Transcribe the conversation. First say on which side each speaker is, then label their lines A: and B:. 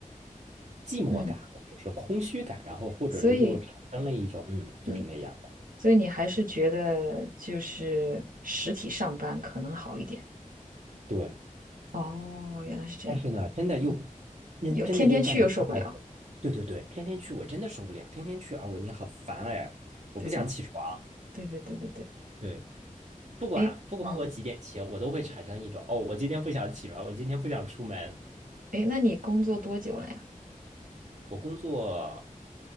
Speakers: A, on the right; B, on the right.
A: 寂寞感，
B: 嗯，
A: 或者是空虚感，然后或者是就产生了一种嗯，
B: 所以
A: 就是那样的。
B: 嗯，所以你还是觉得就是实体上班可能好一点。
A: 对，
B: 哦，原来是这样。
A: 但是呢，真的又，
B: 嗯，
A: 那真的又像你刚才说的，
B: 有天天去又受不了。
A: 对对对，天天去我真的受不了，天天去啊，我你好烦哎，我不想起床。
B: 对对对对对对对。
A: 对，不管不管我几点起，
B: 哎，嗯，
A: 我都会产生一种哦，我今天不想起床，我今天不想出门。
B: 哎，那你工作多久了呀？
A: 我工作